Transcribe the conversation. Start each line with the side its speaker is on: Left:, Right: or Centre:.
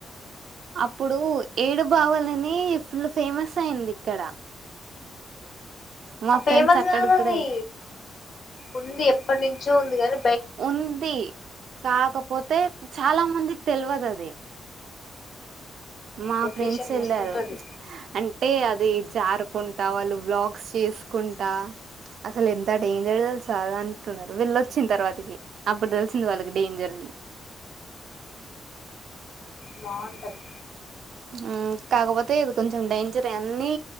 Right: అప్పుడు ఏడు బావాలని ఫుల్ ఫేమస్ అయింది ఇక్కడ మా
Left: ఫేమస్
Right: ఫ్రెండ్స్ అక్కడికి
Left: గాద
Right: కూడా
Left: అది ఉంది ఎప్పటి నుంచో ఉంది ఇప్పుడు గాని
Right: ఉంది కాకపోతే చాలా మంది తెల్వదది. మా
Left: లొకేషన్
Right: ఫ్రెండ్స్ వెళ్ళారు.
Left: మస్తుంటది
Right: అంటే అది జారుకున్ ట వాళ్లు వ్లాగ్స్ చేసుకుంటా అసలు ఎంత డేంజర్ తెల్సా అది అంటున్నారు వెళ్ళొచ్చిన తర్వాతకి. అప్పుడు తెలిసింది వాళ్ళకి డేంజర్ అని.
Left: బావుంటది.
Right: హ్మ్ కాకపోతే ఇది కొంచెం డేంజరే అన్ని